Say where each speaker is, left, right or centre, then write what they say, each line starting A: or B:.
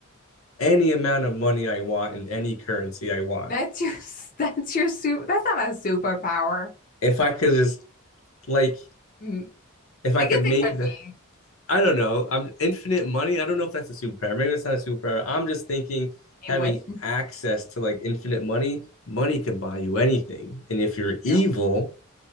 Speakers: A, on the left; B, on the left.
A: any amount of money I want in any currency I want.
B: That's your <laughs> that's your super that's not a superpower.
A: If I could just like
B: Mm,
A: if I
B: I
A: could
B: guess
A: make
B: it could be
A: the I don't know. I'm infinite money. I don't know if that's a superpower. Maybe that's not a superpower. I'm just thinking having
B: a wish. <laughs>
A: access to like infinite money, money can buy you anything. And if you're
B: Yeah,
A: evil,